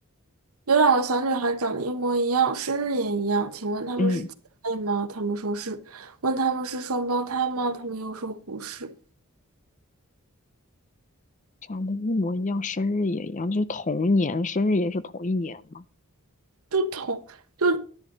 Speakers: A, on the right (about 80°); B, on the left (about 35°).
A: 有两个小女孩长得一模一样，生日也一样，请问她们是姐妹吗？
B: 嗯，
A: 她们说是。问她们是双胞胎吗？她们又说不是。
B: 长得一模一样，生日也一样，就是同年，生日也是同一年吗？
A: 就同就